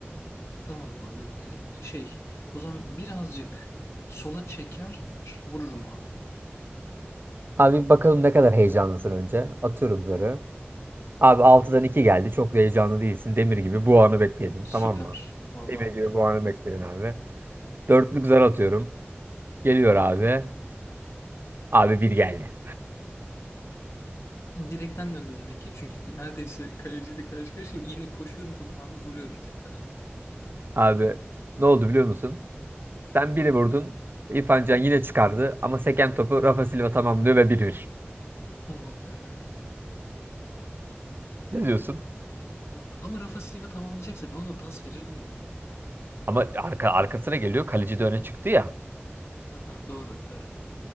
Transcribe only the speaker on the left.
Tamam abi de- de- şey o zaman birazcık sola çeker vururum abi.
Süper.
Vallahi
öyle.
Aynen.
Direkten döndü demek ki. Çünkü neredeyse kaleciyle karşı karşıya yine koşuyorum topu abi vuruyorum tekrar.
Hı.
Tamam be.
Hı. Ama Rafa Silva tamamlayacaksa ben ona pas verirdim ya.
Aha, doğru evet.